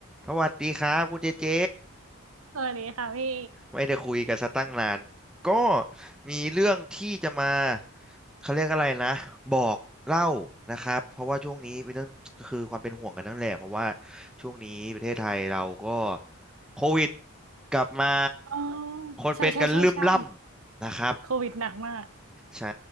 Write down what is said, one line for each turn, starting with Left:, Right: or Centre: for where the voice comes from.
Centre: สวัสดีครับคุณเจเจ
Right: สวัสดีค่ะพี่
Centre: ไม่ได้คุยกันสัตั้งนานก็มีเรื่องที่จะมาเขาเรียกอะไรนะบอกเล่านะครับเพราะว่าช่วงนี้เป็นเรื่องคือความเป็นห่วงกันนั่นแหละเพราะว่าช่วงนี้ประเทศไทยเราก็โควิดกลับมา
Right: อ๋อ
Centre: คนเป็นกันลืมล่ำนะครับ
Right: ใช่ใช่ใช่ใช่โควิดหนักมาก
Centre: ใช่